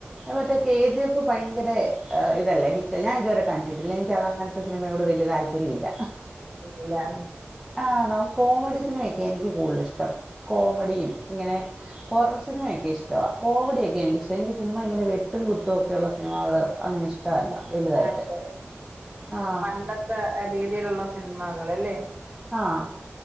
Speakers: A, in the centre; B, on the right.
A: മറ്റേ കെ ജി എഫ് ഭയങ്കര ഇതല്ലേ ഹിറ്റ് ഞാൻ ഇതുവരെ കണ്ടിട്ടില്ല എനിക്ക് അത് അങ്ങനത്തെ സിനിമയോട് വലിയ താല്പര്യമില്ല
B: <inaudible>
A: ആഹ് നമുക്കു കോമഡി സിനിമയൊക്കെ എനിക്ക് കൂടുതൽ ഇഷ്ടം കോമഡിയും ഇങ്ങനെ ഹോറൽ സിനിമയെ ഇഷ്ടവാ കോമഡിയൊക്കെ എനിക്കിഷ്ടവാ എനിക്ക് ചുമ്മായിങ്ങനെ വെട്ടും കുത്തുക്കെയുള്ള സിനിമകളങ്ങനെ ഇഷ് ഇഷ്ട്ടവല്ല വലുതായിട്ട്
B: അതെ.
A: ആ
B: പണ്ടത്തെ രീതിയിലുള്ള സിനിമാകള് അല്ലെ!
A: ആഹ്